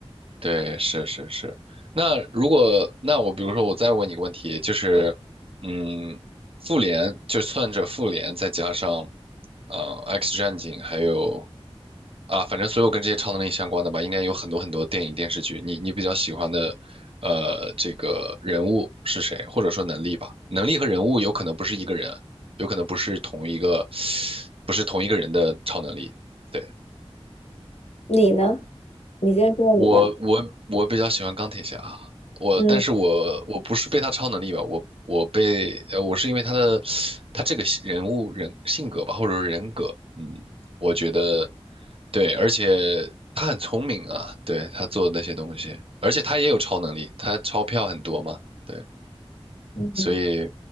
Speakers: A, on the right; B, on the left.
A: 对，是是是。那如果那我比如说我再问你个问题，就是，嗯，复联就算着复联再加上，呃，X 战警还有啊，反正所有跟这些超能力相关的吧，应该有很多很多电影电视剧。你你比较喜欢的，呃，这个人物是谁，或者说能力吧？能力和人物有可能不是一个人，有可能不是同一个，不是同一个人的超能力。对。
B: 你呢？你先说你吧。
A: 我我我比较喜欢钢铁侠，我但是我我不是被他超能力吧，
B: 嗯
A: 我我被呃我是因为他的他这个人物人性格吧，或者是人格，嗯，我觉得对，而且他很聪明啊，对他做的那些东西，而且他也有超能力，他钞票很多嘛，对，
B: 嗯，
A: 所以